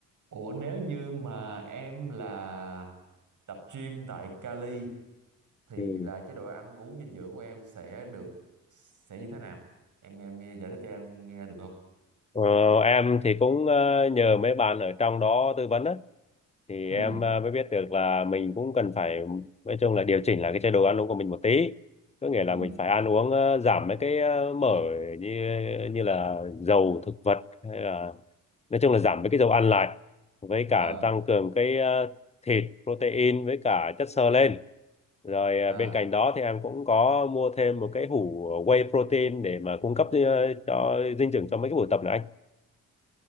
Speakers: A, on the right; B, on the left.
A: Ủa nếu như mà em là tập gym tại Cali thì
B: Ừ.
A: là chế độ ăn uống dinh dưỡng của em sẽ được sẽ như thế nào? Em em giải thích cho em nghe được không?
B: Ờ, em thì cũng ờ, nhờ mấy bạn ở trong đó tư vấn á thì
A: Ừ,
B: em ờ, mới biết được là mình cũng cần phải nói chung là điều chỉnh lại cái chế độ ăn uống của mình một tí có nghĩa là
A: ừ,
B: mình phải ăn uống ờ, giảm mấy cái ờ, mỡ như như là dầu thực vật hay là nói chung là giảm mấy cái dầu ăn lại với cả
A: à,
B: tăng cường cái ờ, thịt protein với cả chất xơ lên rồi ờ,
A: à.
B: bên cạnh đó thì em cũng có mua thêm một cái hũ whey protein để mà cung cấp ờ, cho dinh dưỡng cho mấy cái buổi tập này